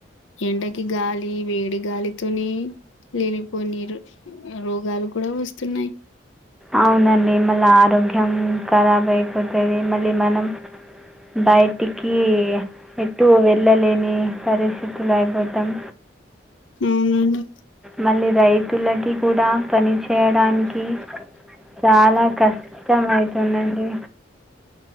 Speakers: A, on the left; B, in the centre.
A: ఎండకి గాలి వేడి గాలితోనే లేనిపోని రోగాలు కూడా వస్తున్నాయి
B: అవునండి మళ్ళ ఆరోగ్యం కరబ్ అయిపోతది మల్లి మనం బయటికి ఎటు వెళ్ళలేని పరిస్థితులు అయిపోతాం
A: అవునండి
B: మళ్ళీ రైతులకి కూడా పనిచే చేయడానికి చాలా కష్టమయుతుందండి